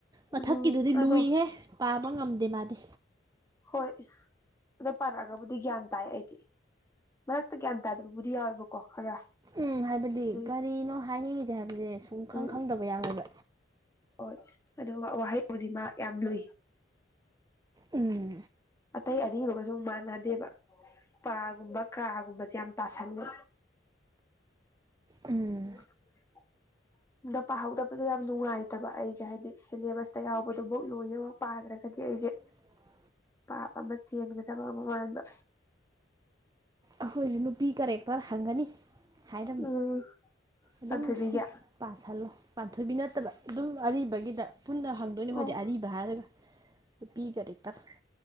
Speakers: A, on the right; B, on the left.
A: ꯃꯊꯛꯀꯤꯗꯨꯗꯤ
B: ꯎꯝ ꯑꯗꯣ
A: ꯂꯨꯏꯍꯦ ꯄꯥꯕ ꯉꯝꯗꯦ ꯃꯥꯗꯤ
B: ꯍꯣꯏ ꯑꯗꯣ ꯄꯥꯔꯛꯑ ꯒꯕꯨꯗꯤ ꯒ꯭ꯌꯥꯟ ꯇꯥꯏ ꯑꯩꯗꯤ ꯃꯔꯛꯇ ꯒ꯭ꯌꯥꯟ ꯇꯥꯗꯕꯕꯨꯗꯤ ꯌꯥꯎꯋꯦꯕꯀꯣ ꯈꯔ
A: ꯎꯝ ꯍꯥꯏꯕꯗꯤ
B: ꯑꯗꯨ
A: ꯀꯔꯤꯅꯣ ꯍꯥꯏꯅꯤꯡꯉꯤꯁꯦ ꯍꯥꯏꯕꯁꯦ ꯁꯨꯝ ꯈꯪ
B: ꯎꯝ
A: ꯈꯪꯗꯕ ꯌꯥꯎꯑꯦꯕ
B: ꯍꯣꯏ ꯑꯗꯨꯒ ꯋꯥꯍꯩꯕꯨꯗꯤ ꯃꯥ ꯌꯥꯝ ꯂꯨꯏ
A: ꯎꯝ
B: ꯑꯇꯩ ꯑꯔꯤꯕꯒꯁꯨ ꯃꯥꯟꯅꯗꯦꯕ ꯄꯥꯒꯨꯝꯕ ꯀꯥꯒꯨꯝꯕꯁꯦ ꯌꯥꯝ ꯇꯥꯁꯜꯂꯦ
A: ꯎꯝ
B: <unintelligible> ꯗꯣ ꯄꯥꯍꯧꯗꯕꯗꯣ ꯌꯥꯝ ꯅꯨꯡꯉꯥꯏꯇꯕ ꯑꯩꯁꯦ ꯍꯥꯏꯗꯤ ꯁꯤꯂꯦꯕꯁꯇ ꯌꯥꯎꯕꯗꯨꯕꯨꯛ ꯂꯣꯏꯅꯃꯛ ꯄꯥꯗ꯭ꯔꯒꯗꯤ ꯑꯩꯖꯦ
A: <inaudible>
B: ꯄꯥꯞ ꯑꯃ ꯆꯦꯟꯒꯗꯕ ꯑꯃꯨꯛ ꯃꯥꯟꯕ
A: ꯑꯩꯈꯣꯏꯁꯨ ꯅꯨꯄꯤ ꯀꯦꯔꯦꯛꯇꯔ ꯍꯪꯒꯅꯤ ꯍꯥꯏꯔꯝꯃꯤ
B: ꯎꯝ
A: ꯑꯗꯨꯝ
B: ꯄꯥꯟꯊꯣꯏꯕꯤꯒꯤ
A: ꯁꯤ ꯄꯥꯁꯜꯂꯣ ꯄꯥꯟꯊꯣꯏꯕꯤ ꯅꯠꯇꯕ ꯑꯗꯨꯝ ꯑꯔꯤꯕꯒꯤꯗ ꯄꯨꯟꯅ ꯍꯪꯗꯣꯏꯅꯤ ꯈꯣꯏꯗꯤ
B: ꯑꯣ
A: ꯑꯔꯤꯕ ꯗ ꯍꯥꯢꯔꯒ ꯅꯨꯄꯤ ꯀꯔꯦꯛꯇꯔ